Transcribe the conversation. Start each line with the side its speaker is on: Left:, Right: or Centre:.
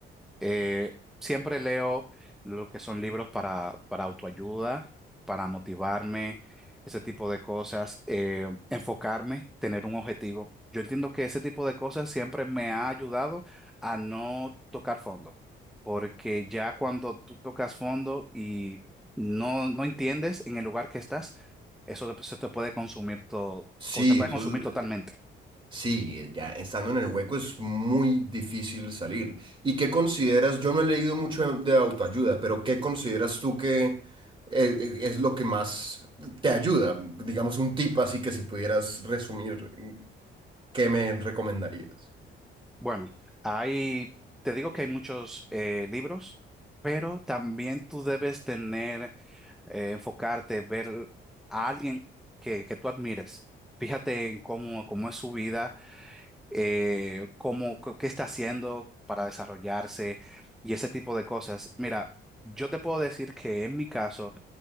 Centre: Eh, siempre leo lo que son libros para, para autoayuda, para motivarme, ese tipo de cosas, eh, enfocarme, tener un objetivo. Yo entiendo que ese tipo de cosas siempre me ha ayudado a no tocar fondo, porque ya cuando tú tocas fondo y no, no entiendes en el lugar que estás, eso te, eso te puede consumir todo,
Right: Sí,
Centre: te puede
Right: eso,
Centre: consumir
Right: l-
Centre: totalmente.
Right: sí, eh, ya estando en el hueco es muy difícil salir. ¿Y qué consideras? Yo no he leído mucho de de autoayuda, pero ¿qué consideras tú que eh, eh, es lo que más te ayuda? Digamos un tip así que si pudieras resumir, ¿qué me recomendarías?
Centre: Bueno, hay, te digo que hay muchos eh, libros, pero también tú debes tener, eh, enfocarte, ver a alguien que, que tú admires. Fíjate en cómo, cómo es su vida, eh, cómo, co- qué está haciendo para desarrollarse y ese tipo de cosas. Mira, yo te puedo decir que en mi caso,